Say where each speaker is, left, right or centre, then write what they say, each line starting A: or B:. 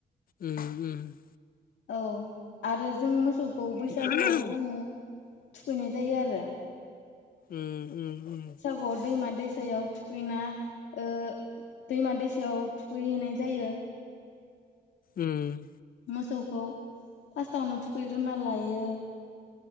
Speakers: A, on the left; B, on the left.
A: उम उम
B: औ आरो जों मोसौखौ बैसागुआव
A: उम उम
B: जोङो थुखैनाय जायो आरो
A: उम उम उम
B: गुवाव दैमा दैसायाव थुखैना ओ दैमा दैसायाव थुखैहैनाय जायो
A: उम
B: मोसौखौ फार्स्टावनो थुखैग्रोना लायो